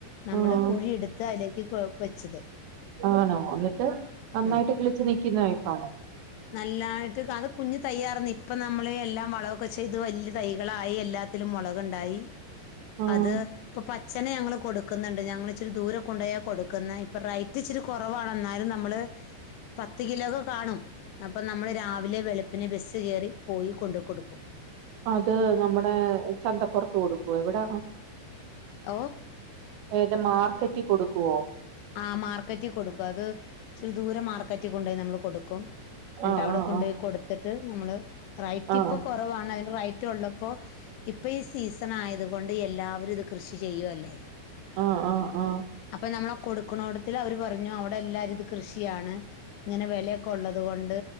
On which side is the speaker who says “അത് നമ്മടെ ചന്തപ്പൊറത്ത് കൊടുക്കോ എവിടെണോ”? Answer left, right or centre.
Right